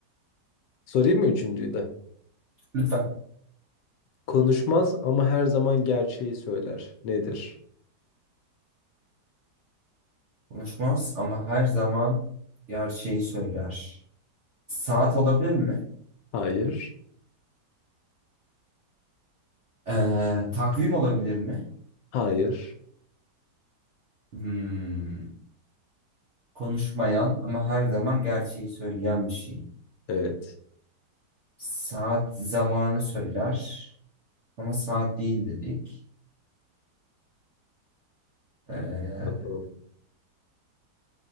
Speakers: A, on the left; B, on the right.
A: Sorayım mı üçüncüyü de?
B: Lütfen.
A: Konuşmaz ama her zaman gerçeği söyler. Nedir?
B: Konuşmaz ama her zaman yer şeyi söyler. Saat olabilir mi?
A: Hayır.
B: Ee, takvim olabilir mi?
A: Hayır.
B: Hmm, Konuşmayan ama her zaman gerçeği söyleyen bir şey.
A: Evet.
B: Saat zamanı söyler ama saat değil dedik. Ee,
A: Bakalım.